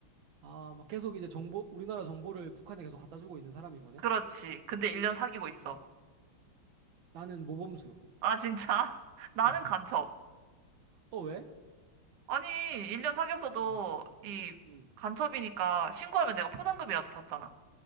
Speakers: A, on the right; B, on the right.
A: 아, 막 계속 이제 정보, 우리나라 정보를 북한에 계속 갖다 주고 있는 사람인 거네?
B: 그렇지. 근데 1년 사귀고 있어.
A: 나는 모범수.
B: 아, 진짜? <laughs> 나는
A: <laughs>
B: 간첩.
A: 어, 왜?
B: 아니, 1년 사귀었어도
A: 음,
B: 이
A: 음.
B: 간첩이니까 신고하면 내가 포상금이라도
A: 음.
B: 받잖아.